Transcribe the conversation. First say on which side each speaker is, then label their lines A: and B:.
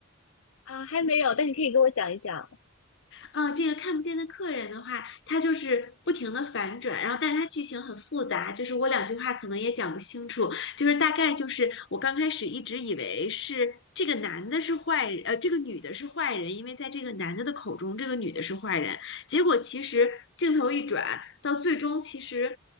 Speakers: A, on the left (about 85°); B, on the left (about 60°).
A: 啊，还没有，但你可以给我讲一讲
B: 啊，这个看不见的客人的话，它就是不停的反转，然后但是它剧情很复杂，就是我两句话可能也讲不清楚，就是大概就是我刚开始一直以为是这个男的是坏人，呃，这个女的是坏人，因为在这个男的的口中，这个女的是坏人，结果其实镜头一转，到最终其实。